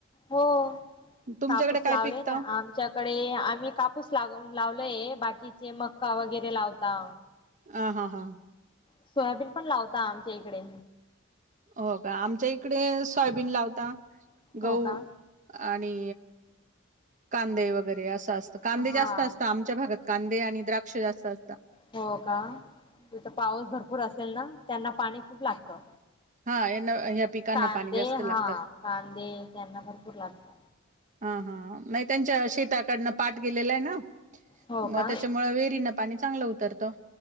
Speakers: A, on the left (about 25°); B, on the right (about 40°).
A: हो.
B: तुमच्याकडे
A: कापूस
B: काय
A: लावले
B: पिकतं
A: ना आमच्याकडे आम्ही कापूस ला लावलय बाकी कीचे मक्का वगैरे लावता.
B: आ हा हां.
A: सोयाबीन पण लावता आमच्या इकडे.
B: हो का आमच्या इकडे सोयाबीन लावता. गहू
A: हो का.
B: आणि कांदे वगैरे असं असतं कांदे
A: हा
B: जास्त असत आमच्या भागात कांदे आणि द्राक्षे जास्त अस
A: हो का तिथं पाऊस भरपूर असेल ना त्यांना पाणी खूप लागतं.
B: हा यांना ह्या पिकांना
A: कांदे
B: पाणी जास्त लागतं
A: हा कांदे त्यांना भरपूर लागत.
B: हा हा नाही त्यांच्या शेताकडनं पाट गेलेला आहे ना
A: हो
B: मग
A: का
B: त्याच्यामुळे वेरीन पाणी चांगलं उतरतं.